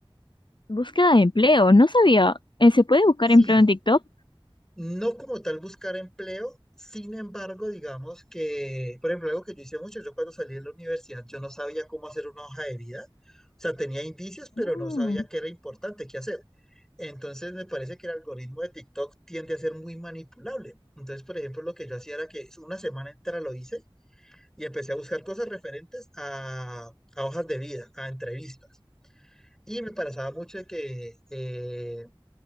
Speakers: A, on the left; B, in the centre.
A: búsqueda de empleo, no sabía. Eh, ¿se puede buscar
B: Sí,
A: empleo en TikTok?
B: no como tal buscar empleo, sin embargo, digamos que, por ejemplo, algo que yo hice mucho, yo cuando salí de la universidad, yo no sabía cómo hacer una hoja de vida, o sea, tenía indicios, pero
A: Mm.
B: no sabía qué era importante, qué hacer. Entonces, me parece que el algoritmo de TikTok tiende a ser muy manipulable. Entonces, por ejemplo, lo que yo hacía era que una semana entera lo hice y empecé a buscar cosas referentes a, a hojas de vida, a entrevistas. Y me parecía mucho de que eh,